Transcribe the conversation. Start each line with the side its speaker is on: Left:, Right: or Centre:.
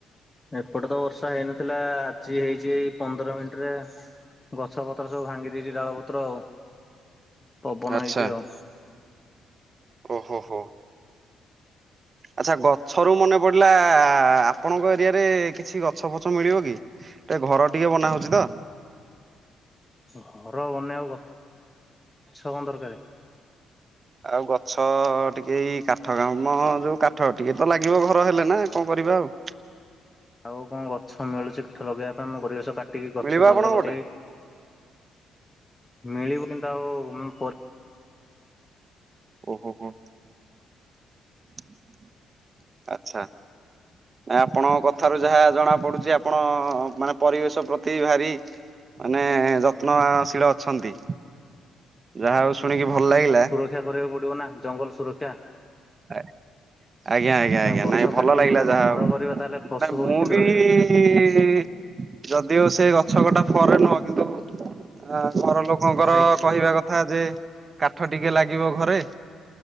Left: ଏପଟେ ତ ବର୍ଷା ହେଇନଥିଲା ଆଜି ହେଇଚି ଏଇ ପନ୍ଦର ମିନିଟ୍ ରେ ଗଛ ପତ୍ର ସବୁ ଭାଙ୍ଗି ଦେଇଚି ଡାଳପତ୍ର ଆଉ। ପବନ
Right: ଆଚ୍ଛା
Left: ହେଇଛି ଆଉ
Right: -ଓ -ହୋ- ହୋ। ଆଚ୍ଛା ଗଛରୁ ମନେ ପଡ଼ିଲା ଆପଣଙ୍କ ଏରିଆରେ କିଛି ଗଛ ଫଛ ମିଳିବ କି? ଏ ଘର ଟିକେ ବନା ହଉଚି ତ।
Left: ଘର ବନେଇବାକୁ ଗ-ଛ କଣ ଦରକାରେ?
Right: ଆଉ ଗଛ ଟିକେ ଏଇ କାଠ କାମ ଯଉ କାଠ ଟିକେ ତ ଲାଗିବ ଘର ହେଲେ ନା କଣ କରିବା ଆଉ।
Left: ଆଉ କଣ ଗଛ ମିଳୁଚି କାଠ ଲଗେଇବା ପାଇଁ ମୁଁ ପରିବେଶ କାଟିକି ଗଛ
Right: ମିଳିବ ଆପଣଙ୍କ
Left: ଜଙ୍ଗଲ
Right: ପଟେ?
Left: କରି ମିଳିବ ନି ତ ଆଉ ଉଁ ପ
Right: ଓହୋ ହୋ ହୋ <inaudible> ଆଛା। ଆପଣଙ୍କ କଥାରୁ ଯାହା ଜଣା ପଡୁଛି ଆପଣ ମାନେ ପରିବେଶ ପ୍ରତି ଭାରି ମାନେ ଯତ୍ନ ଶିଳ ଅଛନ୍ତି ଯାହା ହଉ ଶୁଣିକି ଭଲ ଲାଗିଲା।
Left: ରକ୍ଷା କରିବାକୁ ପଡିବ ନା ଜଙ୍ଗଲ ସୁରକ୍ଷା।
Right: ଆରେ ଆଜ୍ଞା ଆଜ୍ଞା ଆଜ୍ଞା
Left: ଗଛ
Right: ନାଇଁ ଭଲ
Left: କାଟିକି
Right: ଲାଗିଲା
Left: ଯଦି ଆମେ
Right: ଯାହା
Left: ଘର
Right: ହଉ
Left: କରିବା ତାହେଲେ ପଶୁ
Right: ନାଇଁ
Left: ପକ୍ଷୀ
Right: ମୁଁ
Left: କେମିତି
Right: ବି
Left: ରହିବେ
Right: କିଇ ଯଦି ଓ ସେ ଗଛ କଟା ଫର ରେ ନୁହଁ କିନ୍ତୁ ଆ ଘର ଲୋକ ଲୋକଙ୍କର
Left: ଛାଇ
Right: କହିବା କଥା ଯେ କାଠ ଟିକେ ଲାଗିବ ଘରେ।